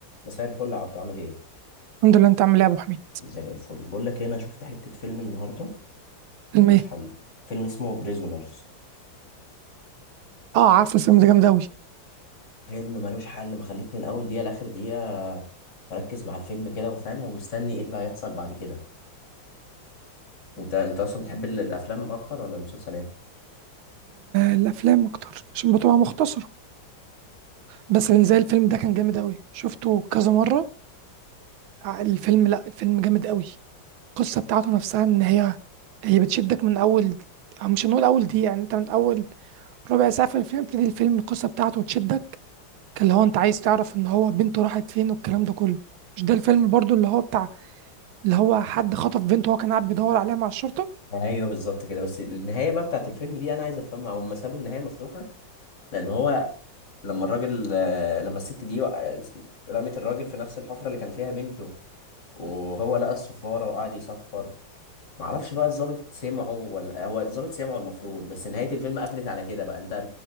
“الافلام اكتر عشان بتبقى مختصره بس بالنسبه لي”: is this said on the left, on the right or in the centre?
Right